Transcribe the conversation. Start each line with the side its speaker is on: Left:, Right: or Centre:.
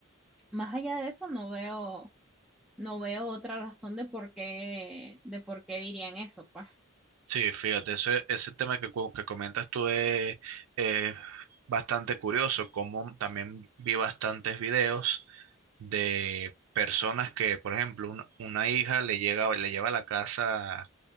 Centre: Más allá de eso, no veo no veo otra razón de por qué, de por qué dirían eso, pues.
Right: Sí, fíjate, ese, ese tema que, co- que comentas tú es, es bastante curioso, como también vi bastantes videos de personas que, por ejemplo, un- una hija le llega, le lleva a la casa